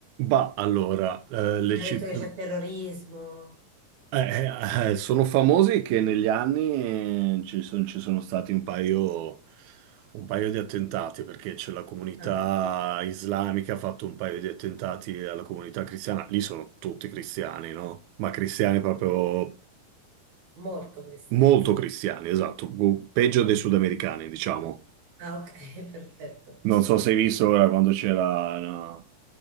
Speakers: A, on the right; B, on the right.
A: Bah, allora, eh, le
B: Mi
A: città.
B: hanno detto che c'è terrorismo.
A: Eh, eh, sono famosi che negli anni eh, ci son- ci sono, stati un paio, un paio di attentati, perché c'è la comunità
B: Ah,
A: islamica ha fatto un paio di attentati alla comunità cristiana. Lì sono tutti cristiani, no? Ma cristiani proprio
B: molto cristiani.
A: molto cristiani, esatto, gu- peggio dei sudamericani, diciamo.
B: Ah, ok, <laughs> perfetto.
A: Non so se hai visto ora quando c'era no,